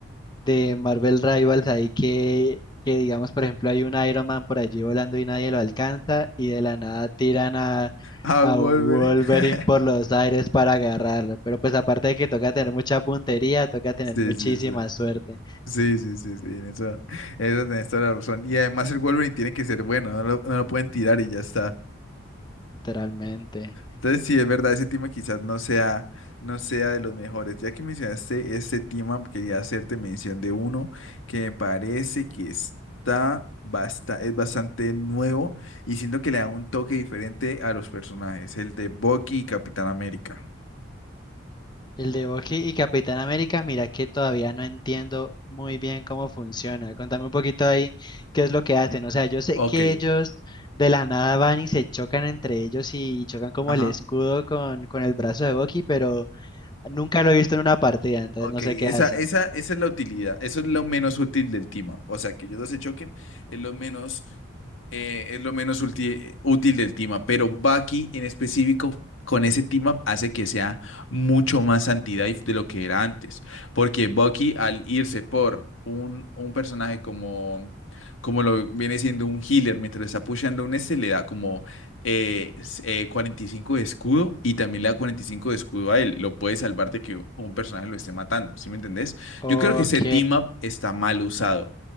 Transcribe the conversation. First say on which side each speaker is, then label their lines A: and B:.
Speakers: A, on the left; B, on the left.
A: de Marvel Rivals ahí que, que digamos, por ejemplo, hay un Iron Man por allí volando y nadie lo alcanza y de la nada tiran a,
B: a
A: a
B: Wolverine.
A: un Wolverine
B: <laughs>
A: por los aires para agarrarlo. Pero pues aparte de que toca tener mucha puntería, toca tener
B: Sí,
A: muchísima
B: sí, sí.
A: suerte,
B: Sí, sí, sí, sí, en eso, en eso tenés toda la razón. Y además el Wolverine tiene que ser bueno, no lo, no lo pueden tirar y ya está.
A: literalmente.
B: Entonces, sí, es verdad, ese tema quizás no sea, no sea de los mejores. Ya que mencionaste este tema, quería hacerte mención de uno que me parece que está basta, es bastante nuevo y siento que le da un toque diferente a los personajes, el de Bucky y Capitán América.
A: El de Bucky y Capitán América, mira que todavía no entiendo muy bien cómo funciona. Contame un poquito ahí qué es lo que hacen. O sea, yo sé
B: Ok,
A: que ellos de la nada van y se chocan entre ellos y chocan como
B: Ajá,
A: el escudo con, con el brazo de Bucky, pero nunca lo he visto en una partida, entonces
B: Ok,
A: no sé
B: esa,
A: qué hacen.
B: esa, esa es la utilidad, eso es lo menos útil del team up. O sea, que ellos dos se choquen es lo menos, eh, es lo menos ulti- útil del team up, pero Bucky en específico con ese team up hace que sea mucho más anti-dive de lo que era antes, porque Bucky al irse por un, un personaje como, como lo viene siendo un healer mientras está pusheando un este, le da como eh, s- eh, 45 de escudo y también le da 45 de escudo a él. Lo puede salvar de que un personaje lo esté matando, ¿sí me entendés?
A: Ok,
B: Yo creo que ese team up está mal usado,